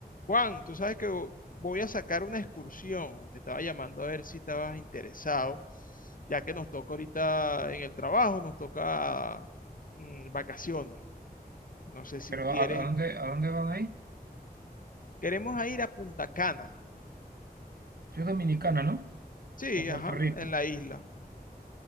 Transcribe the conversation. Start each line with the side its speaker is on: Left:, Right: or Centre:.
Left: Juan, tú sabes que vo- voy a sacar una excursión. Te estaba llamando a ver si estabas interesado, ya que nos toca ahorita en el trabajo, nos toca mm, vacaciones. No sé si
Right: Pero
Left: quieres.
Right: ¿a, a dónde, a dónde van ahí?
Left: Queremos a ir a Punta Cana.
Right: Soy dominicana, ¿no?
Left: Sí,
Right: O Puerto
Left: ajá,
Right: Rico.
Left: en la isla.